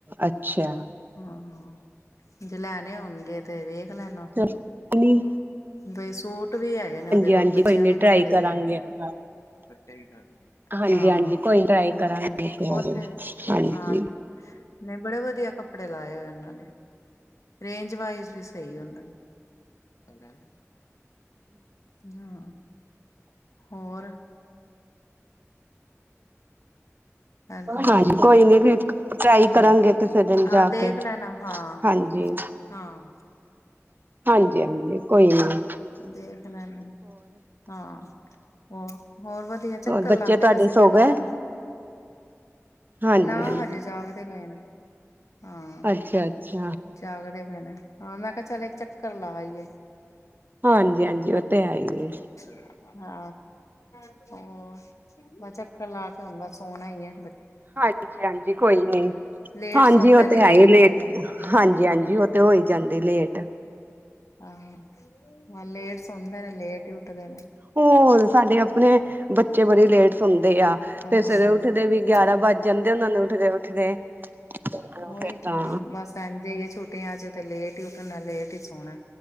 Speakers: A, on the right; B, on the left.
A: ਅੱਛਾ
B: ਹਾਂ ਹਾਂ ਜੇ ਲੈਣੇ ਹੋਣਗੇ ਤੇ ਵੇਖ
A: <inaudible>
B: ਲੈਣਾ ਬਈ ਸੂਟ ਵੀ ਹੈਗੇ ਨੇ ਉਹਦੇ ਕੋਲ
A: ਹਾਂਜੀ
B: ਬੱਚਿਆਂ
A: ਕੋਈ ਨੀ
B: ਦੇ ਕੱਪੜੇ
A: ਟਰਾਈ ਕਰਾਂਗੇ
B: ਵੀ ਹੈਗੇ ਨੇ
A: ਇੱਕ ਵਾਰ ਹਾਂਜੀ
B: ਹਾਂ
A: ਹਾਂਜੀ ਕੋਈ ਟਰਾਈ
B: ਤਾਂ
A: ਕਰਾਂਗੇ
B: ਕਰਕੇ
A: ਇੱਕ ਹਾਂਜੀ
B: ਉੱਥੇ ਹਾਂ ਨਹੀਂ ਬੜੇ ਵਧੀਆ ਕੱਪੜੇ ਲਾਏ ਹੋਏ ਉਹਨਾਂ ਨੇ ਰੇਂਜ ਵਾਈਜ਼ ਵੀ ਸਹੀ ਹੈ ਉਹਨਾਂ ਦੀ ਕਿੰਨਾ ਹਾਂ ਹੋਰ ਹੈਲੋ
A: ਹਾਂਜੀ ਕੋਈ ਨੀ ਟਰਾਈ
B: ਹਾਂ
A: ਕਰਾਂਗੇ ਕਿਸੇ ਦਿਨ
B: ਹਾਂ
A: ਜਾ
B: ਦੇਖ
A: ਕੇ
B: ਲੈਣਾ ਹਾਂ
A: ਹਾਂਜੀ
B: ਹਾਂ
A: ਹਾਂਜੀ ਹਾਂਜੀ ਕੋਈ ਨਹੀਂ
B: ਦੇਖ ਲੈਣਾ ਹਾਂ ਹੋਰ ਹੋਰ ਵਧੀਆ
A: ਹੋਰ
B: ਚੱਕਰ
A: ਬੱਚੇ
B: ਲਾਂਦੇ
A: ਤੁਹਾਡੇ
B: ਵਸੇ
A: ਸੋ
B: ਮੈਂ ਕਿਹਾ
A: ਗਏ
B: ਚੱਲ
A: ਹਾਂਜੀ
B: ਨਾ
A: ਹਾਂਜੀ
B: ਹਜੇ ਜਾਗਦੇ ਪਏ ਨੇ ਹਾਂ
A: ਅੱਛਾ ਅੱਛਾ
B: ਜਾਗਦੇ ਪਏ ਨੇ ਹਾਂ ਮੈਂ ਕਿਹਾ ਚੱਲ ਇੱਕ ਚੱਕਰ ਲਾ ਆਈਏ
A: ਹਾਂਜੀ ਹਾਂਜੀ ਉਹ ਤੇ ਹੈ
B: <inaudible>
A: ਹੀ
B: ਹਾਂ
A: ਹੈ
B: ਹੋਰ ਬਸ ਚੱਕਰ ਲਾ ਕੇ ਤੇ ਹੁਣ ਬਸ ਸੋਣਾ ਹੀ ਏ
A: ਹਾਂਜੀ ਹਾਂਜੀ ਕੋਈ ਨੀ
B: ਲੇਟ
A: ਹਾਂਜੀ
B: ਸੌਦੇ
A: ਉਹ
B: ਨੇ
A: ਤੇ ਹੈਈ ਲੇਟ
B: ਉੱਠਦੇ ਨੇ
A: ਹਾਂਜੀ ਹਾਂਜੀ ਉਹ ਤੇ ਹੋਈ ਜਾਂਦੀ ਲੇਟ
B: ਆਹ ਲੇਟ ਸੌਣਦੇ ਨੇ ਲੇਟ ਹੀ ਉੱਠਦੇ ਨੇ
A: ਹੋਰ ਸਾਡੇ ਆਪਣੇ ਬੱਚੇ ਬੜੀ ਲੇਟ ਸੌਣਦੇ ਤੈ ਆ
B: ਹਾਂ
A: ਤੇ ਸਵੇਰੇ ਉੱਠਦੇ ਵੀ ਗਿਆਰਾਂ ਵੱਜ ਜਾਂਦੇ ਉਹਨਾਂ ਨੂੰ ਉਠਦੇ ਉੱਠਦੇ ਹਾਂ
B: ਉਹੀ
A: ਫਿਰ ਤਾਂ
B: ਤੇ ਬਸ ਇੰਝ ਹੀ ਹੈ, ਛੁੱਟੀਆਂ ਚ ਤੇ ਲੇਟ ਹੀ ਉੱਠਣਾ ਲੇਟ ਹੀ ਸੋਣਾ